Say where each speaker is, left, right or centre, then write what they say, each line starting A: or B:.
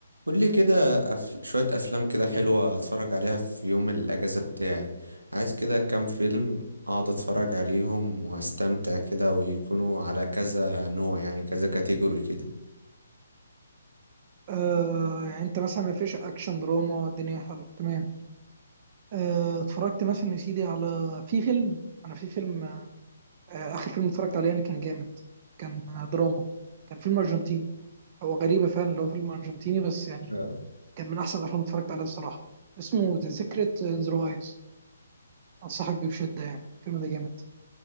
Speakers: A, on the right; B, on the right.
A: قول لي كده أف... شوية أفلام كده حلوة أتفرج عليها في يوم الأجازة بتاعي عايز كده كام فيلم أقعد أتفرج عليهم وأستمتع كده ويكونوا على كذا نوع يعني كذا كاتيجوري كده
B: آه يعني انت مثلا ما فيش اكشن دراما الدنيا حلوه تمام آه اتفرجت مثلا يا سيدي على في فيلم انا في فيلم آه آه، اخر فيلم اتفرجت عليه يعني كان جامد كان آه دراما كان فيلم ارجنتيني هو غريبه فعلا اللي هو فيلم ارجنتيني بس يعني
A: آه.
B: كان من احسن الافلام اللي اتفرجت عليها الصراحه اسمه ذا سيكريت ان ذا ايز انصحك بيه بشده يعني الفيلم ده جامد